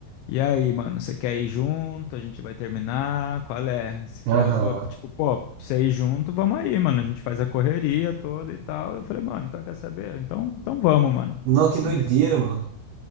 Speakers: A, on the left (about 80°); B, on the right (about 90°).
A: E aí, mano, você quer ir junto? A gente vai terminar? Qual é? Se que
B: Aham.
A: ela falou, tipo, pô, pra você ir junto, vamos aí, mano. A gente faz a correria toda e tal. Eu falei, mano, então quer saber? Então, então vamos, mano.
B: Não, que
A: Vamos
B: doideira,
A: junto.
B: mano.